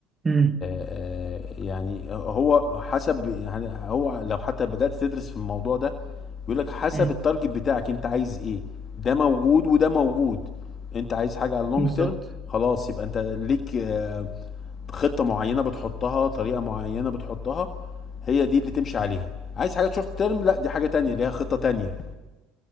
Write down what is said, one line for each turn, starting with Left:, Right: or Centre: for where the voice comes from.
Right: امم
Left: آه، يعني آه، هو حسب يعني هو لو حتى بدات تدرس في الموضوع ده بيقول لك حسب
Right: امم
Left: التارجت بتاعك انت عايز ايه ده موجود وده موجود انت عايز حاجه على اللونج
Right: بالظبط
Left: تيرم خلاص يبقى انت ليك آه، خطه معينه بتحطها طريقه معينه بتحطها هي دي اللي تمشي عليها عايز حاجه شورت تيرم لا دي حاجه تانية ليها خطه تانية